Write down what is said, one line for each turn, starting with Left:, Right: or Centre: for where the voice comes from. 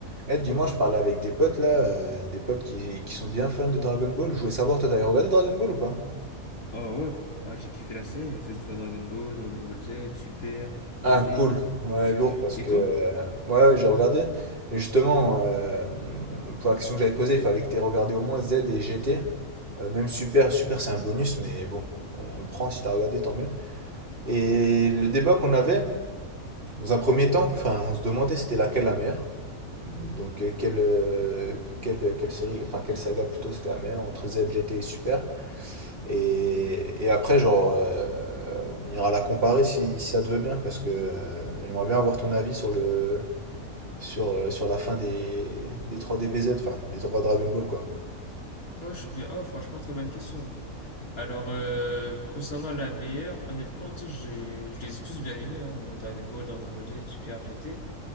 Right: Eh, dis-moi, je parlais avec des potes là, euh, des potes qui, qui sont bien fans de Dragon Ball. Je voulais savoir, toi, t'avais regardé Dragon Ball ou pas?
Left: Oh ouais, ah, j'ai kiffé la série, hein, que ce soit Dragon Ball, Dragon Ball Z, Super, GT,
Right: Ah, cool. Ouais,
Left: j'ai
Right: lourd
Left: kiffé.
Right: parce
Left: Et
Right: que.
Left: toi?
Right: euh, ouais, ouais, j'ai regardé. Et justement, euh, pour la question que j'allais te poser, il fallait que t'aies regardé au moins Z et GT. Euh, même Super,
Left: Mhm.
Right: Super, c'est un bonus, mais bon, on le prend si t'as regardé, tant mieux. Et le débat qu'on avait, dans un premier temps, enfin, on se demandait c'était laquelle la meilleure. Donc, euh, quelle, euh, quelle, quelle série, enfin, quelle saga plutôt c'était la meilleure entre Z, GT et Super. Et, et après, genre, euh, on ira la comparer si, si ça te veut bien, parce que euh, j'aimerais bien avoir ton avis sur le, sur, euh, sur la fin des, des 3 DBZ, enfin, des 3 Dragon Ball, quoi.
Left: Ouais, je suis bien. Oh, franchement, très bonne question. Alors, euh, concernant la meilleure, honnêtement, tu sais, j'ai- je les ai tous bien aimés, hein. donc Dragon Ball, Dragon Ball Z, Super GT.